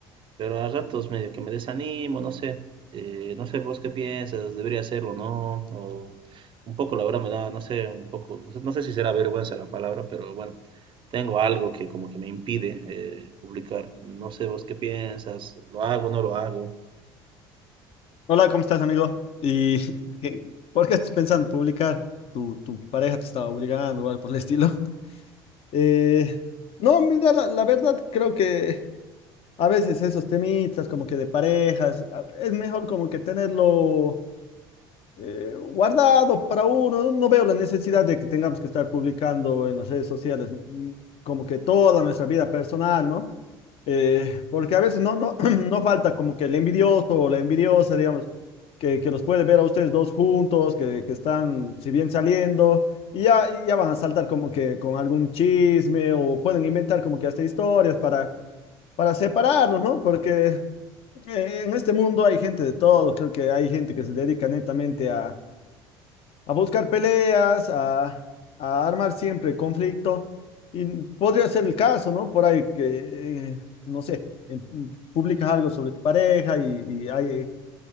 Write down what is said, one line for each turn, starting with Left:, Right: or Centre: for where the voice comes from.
Right: pero a ratos medio que me desanimo, no sé, eh, no sé vos qué piensas, debería hacerlo, ¿no? O un poco la verdad me da, no sé, un poco, no sé, no sé si será vergüenza la palabra, pero bueno, tengo algo que como que me impide eh, publicar, no sé vos qué piensas, lo hago, no lo hago.
Left: Hola, ¿cómo estás, amigo? ¿Y <laughs> qué- por qué estás pensando publicar? ¿Tu, tu pareja te estaba obligando o algo por el estilo? <laughs> Eh, no, mira, la, la verdad creo que a veces esos temitas como que de parejas, a- es mejor como que tenerlo eh, guardado para uno. No veo la necesidad de que tengamos que estar publicando en las redes sociales mm, como que toda nuestra vida personal, ¿no? Eh, porque a veces no, no, <clears throat> no falta como que el envidioso o la envidiosa, digamos, que, que los puede ver a ustedes dos juntos, que, que están, si bien saliendo, y ya, y ya van a saltar como que con algún chisme o pueden inventar como que hasta historias para, para separarlos, ¿no? Porque eh, en este mundo hay gente de todo, creo que hay gente que se dedica netamente a a buscar peleas, a, a armar siempre conflicto. Y podría ser el caso, ¿no? Por ahí que, eh, no sé, en- mm, publicas algo sobre tu pareja y, y ahí,